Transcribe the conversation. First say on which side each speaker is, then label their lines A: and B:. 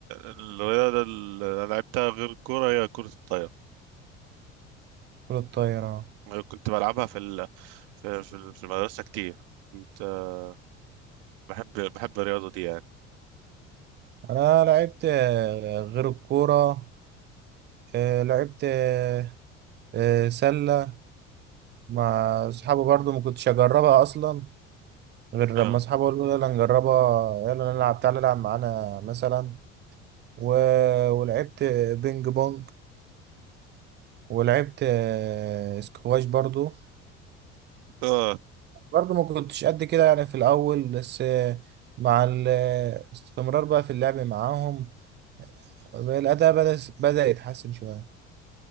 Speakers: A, on the right; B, on the right.
A: الرياضة اللي أنا لعبتها غير الكورة هي كرة الطايرة
B: كرة الطايرة
A: أنا كنت بلعبها في ال... في في في المدرسة كتير كنت آه، بحب بحب الرياضة دي يعني
B: انا لعبت آه، غير الكورة آه، لعبت آه، آه، سلة مع صحابي برضو ما كنتش اجربها اصلا غير
A: اه
B: لما اصحابي قالوا يلا نجربها يلا نلعب تعالى العب معانا مثلا و... ولعبت بينج بونج ولعبت آه، سكواش برضو
A: اه
B: برضو ما كنتش قد كده يعني في الاول بس آه، مع الاستمرار بقى في اللعب معاهم الاداء بدأ بدأ يتحسن شوية